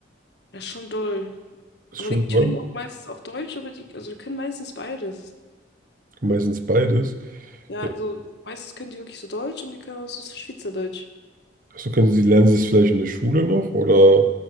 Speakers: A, on the left; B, on the right.
A: Ja, schon doll.
B: ist
A: Aber
B: schon
A: die können
B: toll,
A: auch meistens auch Deutsch, aber die, also die können meistens beides.
B: meistens beides.
A: Ja,
B: Ja,
A: also meistens können die wirklich so Deutsch und die können auch so Schweizerdeutsch.
B: Also können Sie, lernen Sie es vielleicht in der Schule noch oder